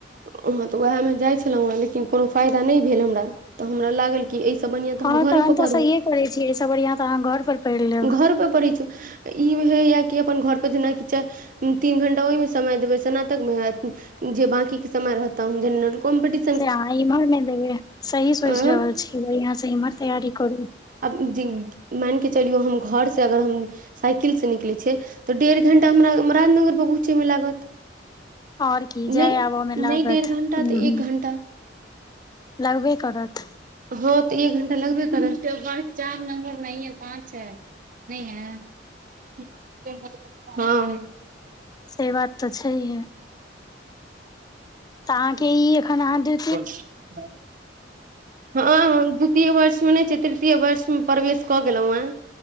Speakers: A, on the right; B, on the left.
A: हं तऽ उएहमे जाइत छलहुँ हेँ लेकिन कोनो फायदा नहि भेल हमरा तऽ हमरा लागल कि एहि सब बनिहा तऽ हम
B: हँ
A: घरे
B: तहन
A: पर पढ़ू
B: तऽ सहिए करै छियै एहिसँ बढ़िआँ तऽ अहाँ घर पर पढ़ि लेब
A: घर पर पढ़ छ ई होयया कि अपन घर पर जेनाकि तीन घंटा ओहिमे समय देबै स्नातक मे जे बकी के समय रहता जेनरल कमटपी
B: से अहाँ इमहर मे देबै सही सोच
A: आँय
B: रहल छी बढ़ियाँ से इम्हर तैयारी करू
A: अब मान कऽ चलियौ हम घरसँ अगर हम साइकिलसँ निकलै छै तऽ डेढ़ घण्टा हमरा राजनगरपर पहुँचैमे लागत
B: आओर की
A: नहि
B: जाय आबऽ मे लागत
A: नहि डेढ़ घण्टा
B: ह
A: तऽ एक घण्टा
B: लागबे करत
A: ह तऽ एक घंटा लगबे करत ब चार नंबर ने पाँच है <unintelligible> नहि है हँ
B: से बात त छैहे तऽ अहाँके ई एखन अहाँ दे
A: कौन छै हँ हम द्वितीय वर्षमे नहि छै तृतीय वर्षमे प्रवेश कऽ गेलहुँ हेँ